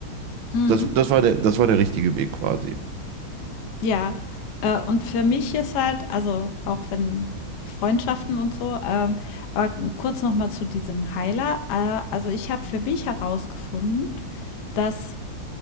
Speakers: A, on the left; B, on the right.
A: Mhm.
B: Das, das war der, das war der richtige Weg quasi.
A: Ja, äh, und für mich ist halt also auch wenn Freundschaften und so, ähm aber n- kurz noch mal zu diesem Heiler. Äh, also ich habe für mich herausgefunden, dass